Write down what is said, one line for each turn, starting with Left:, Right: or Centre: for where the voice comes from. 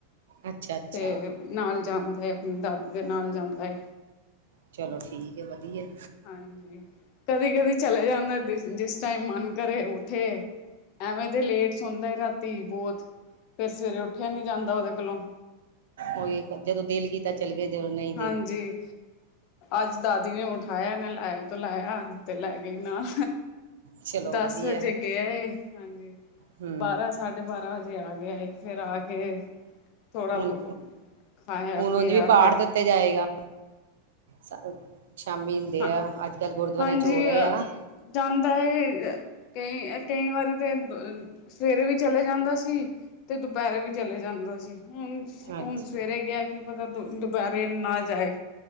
Right: ਅੱਛਾ ਅੱਛਾ
Left: ਤੇ ਨਾਲ ਜਾਂਦਾ ਐ ਆਪਣੀ ਦਾਦੀ ਦੇ ਨਾਲ ਜਾਂਦਾ ਐ।
Right: ਚਲੋ ਠੀਕ ਐ ਵਧੀਆ।
Left: ਹਾਂਜੀ ਕਦੀ, ਕਦੀ ਚਲੇ ਜਾਂਦਾ ਜਿਸ ਟਾਈਮ ਮਨ ਕਰੇ ਉੱਠੇ ਐਵੇਂ ਤੇ ਲੇਟ ਸੌਂਦਾ ਰਾਤੀ ਬਹੁਤ ਫੇਰ ਸਵੇਰੇ ਉੱਠਿਆ ਨੀ ਜਾਂਦਾ ਉਹਦੇ ਕੋਲੋਂ।
Right: ਉਹੀ ਜਦੋਂ ਦਿਲ ਕੀਤਾ ਤਾਂ ਚਲ ਗਏ ਜਦੋਂ ਨਈ
Left: ਹਾਂਜੀ। ਅੱਜ ਦਾਦੀ ਨੇ ਉਠਾਇਆ ਨਹਿਲਾਇਆ ਧੋਲਾਇਆ ਤੇ ਲੈ ਗੀ ਨਾਲ।
Right: ਚਲੋ
Left: ਦਸ
Right: ਵਧੀਆ
Left: ਵਜੇ ਗਿਆ ਏ ਹਾਂਜੀ
Right: ਹੂੰ
Left: ਬਾਰਾਂ ਸਾ ਸਾਢੇ ਬਾਰਾਂ ਵਜੇ ਆ ਗਿਆ ਏ ਫੇਰ ਆ ਕੇ ਥੋੜਾ
Right: ਹੁਣ
Left: ਖਾਇਆ
Right: ਹੁਣ
Left: ਪੀਆ
Right: ਉਂਝ ਵੀ ਪਾਠ
Left: ਫੇਰ
Right: ਦਿੱਤੇ ਜਾਏਗਾ ਸ਼ ਸ਼ਾਮੀ ਹੁੰਦੇ
Left: ਹਾਂ
Right: ਆ, ਅੱਜ ਕੱਲ ਗੁਰਦੁਆਰਿਆਂ
Left: ਹਾਂਜੀ
Right: ਚ ਹੋ ਰੇ ਆ ਨਾ
Left: ਜਾਂਦਾ ਏ ਤੇ ਕਈ ਵਾਰੀ ਤੇ ਸਵੇਰੇ ਵੀ ਚਲੇ ਜਾਂਦਾ ਸੀ, ਤੇ ਦੁਪਹਿਰੇ ਵੀ ਚਲੇ ਜਾਂਦਾ ਸੀ ਹੁਣ ਹੁਣ
Right: ਅੱਛਾ
Left: ਸਵੇਰੇ ਗਿਆ ਕੀ ਪਤਾ ਦੁਪਹਿਰੇ ਨਾ ਜਾਏ